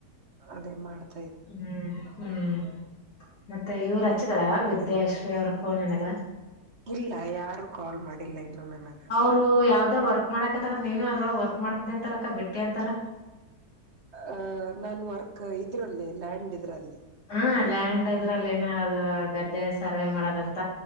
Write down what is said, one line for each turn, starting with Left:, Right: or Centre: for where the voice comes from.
Right: ಅದೇ ಮಾಡ್ತೆನ
Left: ಹ್ಮ್ ಹ್ಮ್ ಮತ್ತೆ ಇವ್ರು ಹಚ್ಚಿದಾರ ವಿದ್ಯಾಶ್ರೀ ಅವ್ರ ಫೋನ್ ನಿನಗ
Right: ಇಲ್ಲಾ ಯಾರು ಕಾಲ್ ಮಾಡಿಲ್ಲ ಇನ್ನು ನನಗ
Left: ಅವರು ಯಾವ್ದೊ ವರ್ಕ್ ಮಾಡಕತ್ತರಂತ ನೀನು ಅದ್ರಳ ವರ್ಕ್ ಮಾಡ್ತಿದ್ದಿ ಅಂತಲಕ್ಕ ಬಿಟ್ಟಿ ಅಂತಲ್ಲಾ
Right: ಹ ನನ್ ವರ್ಕ್ ಇದ್ರಲ್ಲಿ ಲ್ಯಾಂಡ್ ಇದ್ರಲ್ಲಿ
Left: ಹಾ ಲ್ಯಾಂಡ್ ಅದ್ರಲ್ಲಿ ಏನ ಅದ ಗದ್ದೆ ಸರ್ವೆ ಮಾಡದಂತ